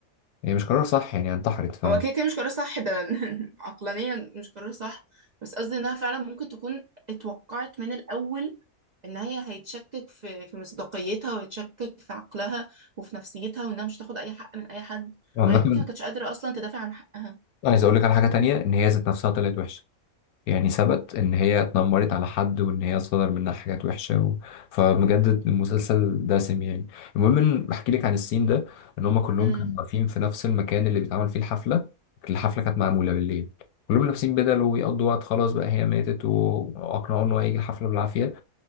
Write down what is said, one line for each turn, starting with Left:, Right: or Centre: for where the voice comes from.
Left: يعني مش قرار صح يعني انتحرت ف
Right: هو كده كده مش قرار صح ده <laughs> عقلانيا مش قرار صح بس قصدي انها فعلا ممكن تكون اتوقعت من الاول ان هي هيتشكك في في مصداقيتها وهيتشكك في عقلها وفي نفسيتها وانها مش تاخد اي حق من اي حد
Left: عامة
Right: او يمكن ما كانتش قادره اصلا تدافع عن حقها
Left: عايز اقول لك على حاجة تانية ان هي ذات نفسها طلعت وحشة يعني ثبت ان هي اتنمرت على حد وان هي صدر منها حاجات وحشه و... فمجدد المسلسل دسم يعني المهم ان احكي لك عن السين ده ان هم كلهم
Right: امم
Left: كانوا واقفين في نفس المكان اللي بيتعمل فيه الحفله الحفله كانت معموله بالليل كلهم لابسين بدل ويقضوا وقت خلاص بقى هي ماتت و- واقنعوه ان هو هيجي الحفله بالعافيه